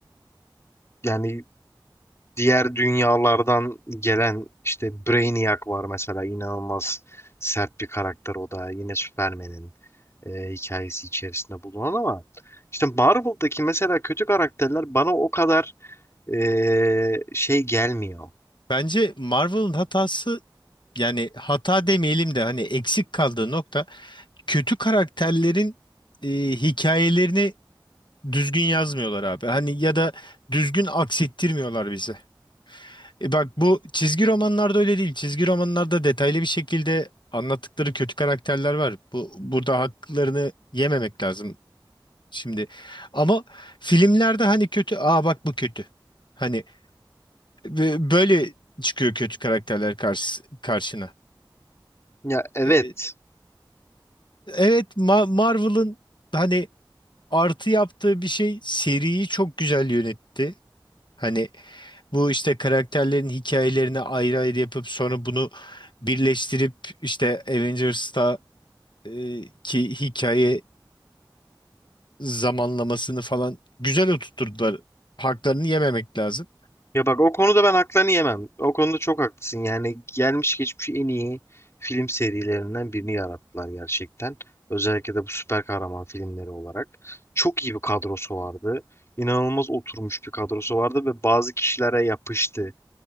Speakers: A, on the left; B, on the left.
A: yani diğer dünyalardan gelen işte Brainiac var mesela inanılmaz sert bir karakter o da yine Superman'in e, hikayesi içerisinde bulunan ama işte Marvel'daki mesela kötü karakterler bana o kadar e, şey gelmiyor.
B: Bence Marvel'ın hatası yani hata demeyelim de hani eksik kaldığı nokta kötü karakterlerin e, hikayelerini düzgün yazmıyorlar abi. Hani ya da düzgün aksettirmiyorlar bize. E bak bu çizgi romanlarda öyle değil. Çizgi romanlarda detaylı bir şekilde anlattıkları kötü karakterler var. Bu burada haklarını yememek lazım şimdi. Ama filmlerde hani kötü, aa bak bu kötü. Hani e, böyle çıkıyor kötü karakterler karşı, karşına.
A: Ya evet
B: E, evet Ma- Marvel'ın hani Artı yaptığı bir şey seriyi çok güzel yönetti. Hani bu işte karakterlerin hikayelerini ayrı ayrı yapıp sonra bunu birleştirip işte Avengers'ta e, ki hikaye zamanlamasını falan güzel oturtturdular. Haklarını yememek lazım.
A: Ya bak o konuda ben haklarını yemem. O konuda çok haklısın. Yani gelmiş geçmiş en iyi film serilerinden birini yarattılar gerçekten. Özellikle de bu süper kahraman filmleri olarak. Çok iyi bir kadrosu vardı. İnanılmaz oturmuş bir kadrosu vardı ve bazı kişilere yapıştı.